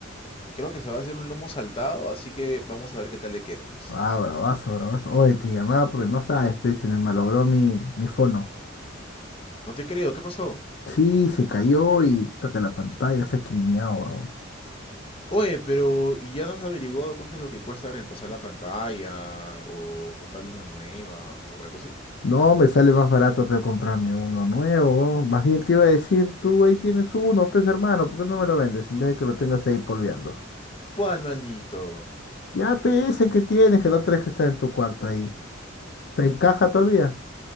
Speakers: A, on the left (about 30°); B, on the left (about 55°).
A: Creo que se va a hacer un lomo saltado, así que vamos a ver qué tal le queda, pues.
B: Ah, bravazo, bravazo. Oye, te llamaba porque no sabes, pe, se me malogró mi, mi fono.
A: No te creo, ¿qué pasó?
B: Sí, se cayó y puta que la pantalla se ha quiñado, weón.
A: Oye, pero ¿y ya no has averiguado cuánto es lo que cuesta reemplazar la pantalla o comprarle una nueva o algo así?
B: No, me sale más barato, pe, comprarme uno nuevo, weón. Más bien te iba a decir, tú ahí tienes uno, pues, hermano, ¿por qué no me lo vendes en vez de que lo tengas ahí polveando?
A: ¿Cuál, manito?
B: Ya, pe, ese que tienes, que el otro es que está en tu cuarto ahí. ¿Te encaja todavía?